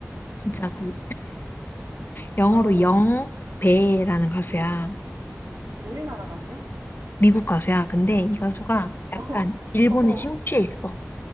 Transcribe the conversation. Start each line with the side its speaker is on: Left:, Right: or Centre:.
Left: 진짜 그, 영어로
Right: 어,
Left: 영배라는 가수야.
Right: 응. 우리나라 가수야?
Left: 미국 가수야. 근데 이 가수가 약간
Right: <laughs>
Left: 일본에
Right: 어, 어,
Left: 심취해 있어.